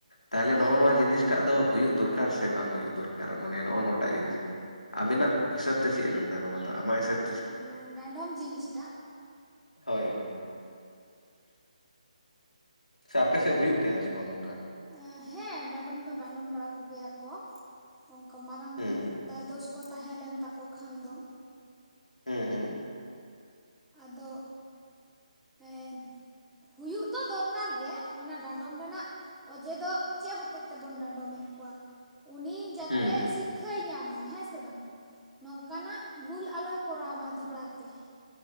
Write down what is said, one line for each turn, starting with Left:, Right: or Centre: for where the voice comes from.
Left: ᱛᱟᱦᱞᱮ ᱱᱚᱜ-ᱚ
Centre: ᱦᱮᱸ
Left: ᱱᱚᱣᱟ
Centre: ᱦᱮᱸ
Left: ᱡᱤᱱᱤᱥᱴᱟᱜ ᱫᱚ ᱦᱩᱭᱩᱜ ᱫᱚᱨᱠᱟᱨ ᱥᱮ ᱵᱟᱝ ᱦᱩᱭᱩᱜ ᱫᱚᱨᱠᱟᱨ ᱢᱟᱱᱮ ᱱᱚᱜ-ᱚ ᱱᱚᱣᱟᱴᱟᱜ ᱡᱤᱱᱤᱥ ᱜᱤ᱾ ᱟᱵᱮᱱᱟᱜ ᱦᱤᱥᱟᱹᱵᱽ ᱛᱮ ᱪᱮᱫ-ᱮ ᱢᱮᱱᱫᱟ ᱱᱚᱣᱟ ᱫᱚ ᱟᱢᱟᱜ ᱦᱤᱥᱟᱹᱵᱽ?
Centre: ᱮᱸ ᱰᱟᱸᱰᱚᱢ ᱡᱤᱱᱤᱥᱴᱟᱜ?
Left: ᱦᱳᱭ ᱦᱳᱭ᱾ ᱥᱮ ᱟᱯᱮ ᱥᱮᱜ ᱦᱩᱭᱩᱜ ᱛᱟᱦᱮᱱᱟ ᱥᱮ ᱵᱟᱝ ᱱᱚᱝᱠᱟ?
Centre: ᱟᱻ ᱦᱮᱸ ᱰᱟᱸᱰᱚᱢ ᱫᱚ ᱰᱟᱸᱰᱚᱢ ᱵᱟᱲᱟ ᱠᱚᱜᱮᱭᱟ ᱠᱚ᱾ ᱚᱝᱠᱟ ᱢᱟᱨᱟᱝ
Left: ᱦᱩᱸ
Centre: ᱧᱚᱜ ᱫᱟᱭ ᱫᱳᱥ ᱠᱚ ᱛᱟᱦᱮᱸ ᱞᱮᱱ ᱛᱟᱠᱚ ᱠᱷᱟᱱ ᱫᱚ᱾
Left: ᱦᱩᱸ ᱦᱩᱸ᱾
Centre: ᱟᱫᱚ ᱦᱮᱸ ᱦᱩᱭᱩᱜ ᱫᱚ ᱫᱚᱨ ᱠᱟᱨ ᱜᱮ ᱚᱱᱟ ᱰᱟᱸᱰᱚᱢ ᱨᱮᱱᱟᱜ ᱚᱡᱮ ᱫᱚ ᱪᱮᱜ ᱦᱚᱛᱮᱡ ᱛᱮᱵᱚᱱ ᱰᱟᱸᱰᱚᱢᱮᱜ ᱠᱚᱣᱟ? ᱩᱱᱤ ᱡᱟᱛᱮ
Left: ᱦᱩᱸ
Centre: ᱥᱤᱠᱠᱷᱟᱭ ᱧᱟᱢ ᱢᱟ ᱦᱮᱸ ᱥᱮ ᱵᱟᱝ? ᱱᱚᱝᱠᱟᱱᱟᱜ ᱵᱷᱩᱞ ᱟᱞᱚᱭ ᱠᱚᱨᱟᱣ ᱢᱟ ᱫᱚᱦᱲᱟ ᱛᱮ᱾